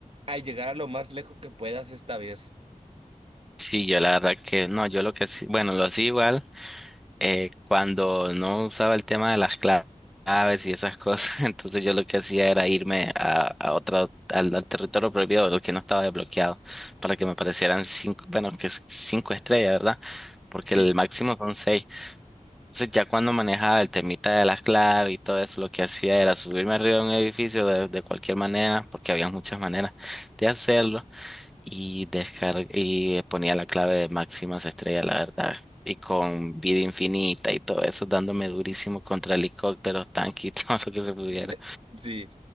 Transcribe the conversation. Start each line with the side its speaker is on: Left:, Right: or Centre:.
Right: a llegar a lo más lejos que puedas esta vez.
Centre: Sí, yo la verdad que no, yo lo que sí, bueno, lo hacía igual. eh, cuando no usaba el tema de las cla- claves y esas cosas, <laughs> entonces yo lo que hacía era irme a, a otra, al, al territorio prohibido, lo que no estaba desbloqueado, para que me aparecieran cinco, bueno, que es cinco estrellas, ¿verdad? Porque
Right: Sí.
Centre: el máximo son seis. Entonces ya cuando manejaba el temita de las claves y todo eso, lo que hacía era subirme arriba de un edificio de, de cualquier manera, porque había muchas maneras de hacerlo y, descar- y ponía la clave de máximas estrellas, la verdad. Y con vida infinita y todo eso, dándome durísimo contra helicópteros, tanques y <laughs> todo lo que se pudiera.
Right: <laughs> Sí,